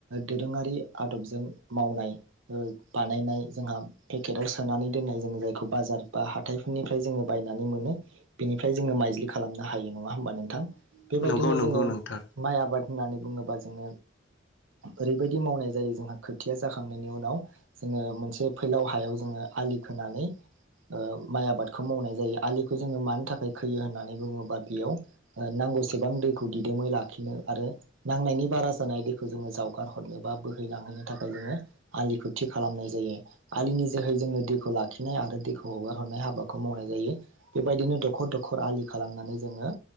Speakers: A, on the right; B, on the left.
A: दोरोङारि आदबजों मावनाय ओ बानायनाय जोंहा पेकेटाव सोनानै दोननाय जों जायखौ बाजार बा हाथाइफोरनिफ्राय जोङो बायनानै मोनो बेनिफ्राय जोङो माइज्लि खालामनो हायो। नङा होमबा नोंथां? बेबायदिनो
B: नंगौ नंगौ
A: जोङो
B: नोंथार
A: माइ आबाद होननानै बुङोबा जोङो ओरैबायदि मावनाय जायो जोंहा खोथिया जाखांनायनि उनाव जोङो मोनसे फैलाव हायाव जोङो आलि खोनानै ओ माइ आबादखौ मावनाय जायो आलिखौ जोङो मानि थाखाय खोयो होननानै बुङोबा बेयाव ओ नांगौसेबां दैखौ दिदोमै ला खिनो आरो नांनायनि बारा जानाय दैखौ जो जावगारहरनो बा बोहैलांहोनो थाखाय जोङो आलिखौ थि खालामनाय जायो आलिनि जोहै जोङो दैखौ लाखिनाय आरो दैखौ हगार हरनाय हाबाखौ मावनाय जायो बेबायदिनो दखर दखर आलि खालामनानै जोङो